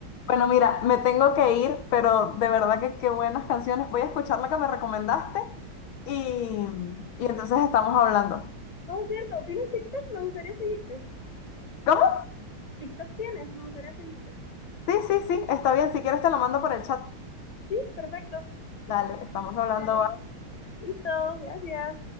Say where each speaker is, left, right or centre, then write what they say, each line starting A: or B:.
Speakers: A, on the left (about 75°); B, on the left (about 20°).
A: Bueno, mira, me tengo que ir, pero de verdad que qué buenas canciones. Voy a escuchar la que me recomendaste y, y entonces estamos hablando.
B: oh, cierto, ¿tienes TikTok? Me gustaría seguirte.
A: ¿Cómo?
B: TikTok tienes, me gustaría seguirte.
A: Sí, sí, sí, está bien. Si quieres te lo mando por el chat.
B: Sí, perfecto.
A: Dale, estamos hablando.
B: Dale. Listo, gracias.